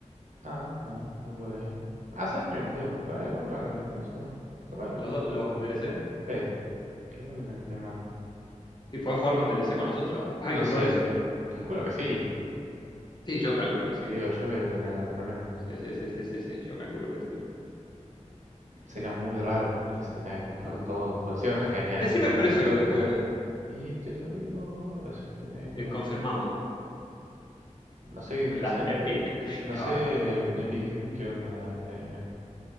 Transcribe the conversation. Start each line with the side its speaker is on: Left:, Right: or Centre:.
Right: Ah, bueno, va por ahí. Ah, ¿sabes que me puedo
Left: Ujú.
Right: comprar igual ahora que lo pienso? Capaz me
Left: Los
Right: compro.
Left: dos, los DLC.
Right: Sí, ¿Qué es lo que me- le mando?
Left: ¿Y podés jugar con DLC con nosotros? Hay
Right: No
Left: que probar
Right: sé,
Left: eso también.
Right: calculo que sí.
Left: Sí, yo calculo que sí.
Right: Digo yo que no tendría que haber problema.
Left: Sí, sí, sí, sí, sí, sí, Yo calculo que también.
Right: Sería muy raro que se lo tenga que comprar
Left: Ujú,
Right: todo.
Left: ujú.
Right: Pues sí, no es que venía
Left: Decime
Right: de papas
Left: el precio
Right: nuevos,
Left: después,
Right: nada. Y te lo digo ahora si querés.
Left: el confirmado,
Right: No sé qué
Left: en
Right: pasa
Left: la
Right: en.
Left: Epic
Right: No,
Left: Star.
Right: no sé en Epic Games qué onda eh,